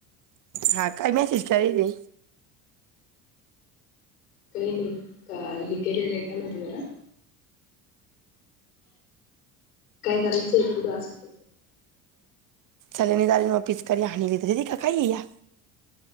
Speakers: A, on the right; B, on the left.
A: हा काय मॅशिच करली त
B: काही नाही का हे केलेलं आहे काय म्हहिती त्याला काय करायचंय पुढं असंच
A: चले नि दार पिस कर ह ल का खाय या